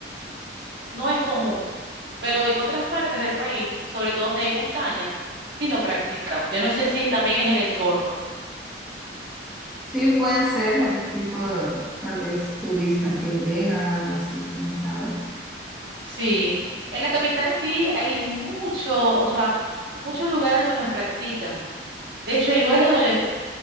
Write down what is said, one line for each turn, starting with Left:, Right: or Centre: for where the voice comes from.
Right: no es común, pero en otras partes del país, sobre todo donde hay montañas, sí lo practican. Yo no sé si también es el entorno.
Centre: Sí, puede ser, o el tipo de, tal vez, turistas que llegan, algo así, quién sabe.
Right: Sí, en la capital sí hay mucho, o sea, muchos lugares donde los practican. De hecho, hay lugares donde le